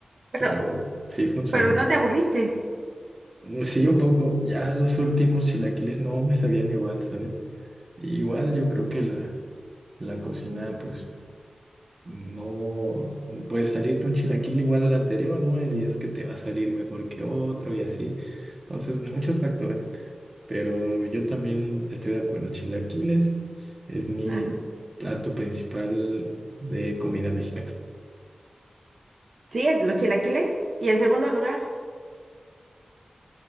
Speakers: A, on the right; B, on the right.
A: Pero,
B: pero sí fue un sueño.
A: pero no te aburriste.
B: Mm, Sí, un poco. Ya los últimos chilaquiles no me sabían igual, ¿sabes? Igual yo creo que la, la cocina, pues, no, no puede salirte un chilaquil igual al anterior, ¿no? Hay días que te va a salir mejor que otro y así. Entonces, muchos factores. Pero yo también estoy de acuerdo. Chilaquiles es mi
A: Eso.
B: plato principal de comida mexicana.
A: Sí, el- los chilaquiles. Y en segundo lugar,